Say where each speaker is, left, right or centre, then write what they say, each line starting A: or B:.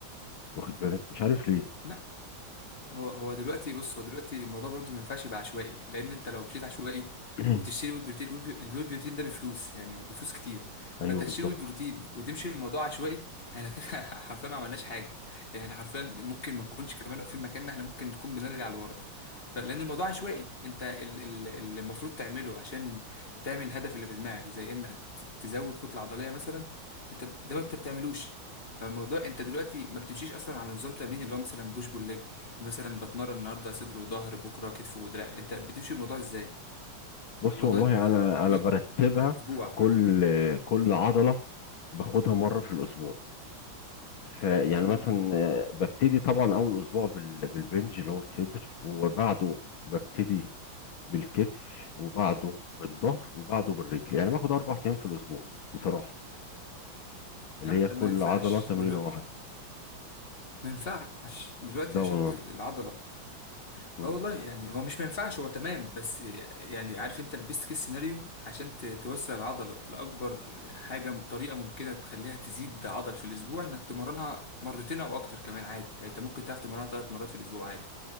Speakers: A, on the left; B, on the left.
A: واخد بالك مش عارف ليه
B: لا هو هو دلوقتي بص هو دلوقتي الموضوع برضو ما ينفعش يبقى عشوائي لان انت لو مشيت عشوائي
A: <clears throat>
B: وبتشتري ويل بروتين الويل بي- الويل بروتين ده بفلوس يعني هو بفلوس كتير فانت
A: ايوه
B: تشتري
A: بالظبط
B: ويل بروتين وتمشي الموضوع عشوائي احنا كده <laughs> حرفيا ما عملناش حاجه يعني إحنا حرفيا ممكن ما نكونش كمان واقفين مكاننا احنا ممكن نكون بنرجع لورا فلان الموضوع عشوائي انت ال- ال- اللي المفروض تعمله عشان تعمل الهدف اللي في دماغك زي انك ت- تزود كتله عضليه مثلا انت ده ما انت بتعملوش فالموضوع انت دلوقتي ما بتمشيش اصلا على نظام تمرين اللي هو مثلا بوش بول ليج مثلا بتمرن النهارده صدر وظهر بكره كتف ودراع انت بتمشي الموضوع ازاي
A: بص
B: موضوع
A: والله
B: ت-
A: انا
B: يو-
A: انا برتبها
B: اسبوع
A: كل كل عضله باخدها مره في الاسبوع فيعني
B: مم.
A: مثلا آه، ببتدي طبعا اول اسبوع بال- بالبنج اللي هو الصدر وبعده ببتدي بالكتف وبعده بالظهر وبعده بالرجل يعني باخد اربع ايام في الاسبوع بصراحه اللي
B: لا
A: هي كل
B: ما ينفعش
A: عضله تمرينه
B: دلوقتي
A: واحده
B: ما ينفعش دلوقتي
A: ده
B: عشان
A: والله
B: ت- العضله
A: مم.
B: اه والله يعني هو مش ما ينفعش هو تمام بس يعني عارف انت البيست كيس سيناريو عشان ت- توسع العضله لاكبر حاجه طريقه ممكنه تخليها تزيد عضل في الاسبوع انك تمرنها مرتين او اكتر كمان عادي يعني انت ممكن تعرف تمرنها ثلاث مرات في الاسبوع عادي